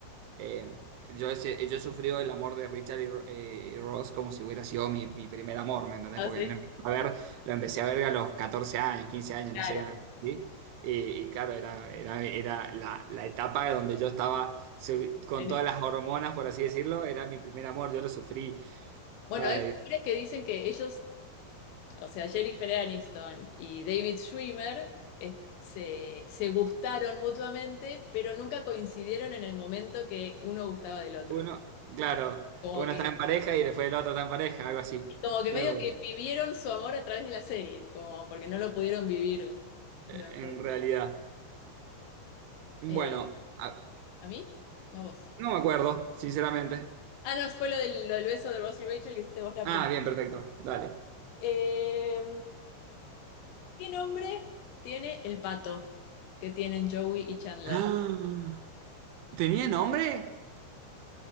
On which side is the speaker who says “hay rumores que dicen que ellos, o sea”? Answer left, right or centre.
Left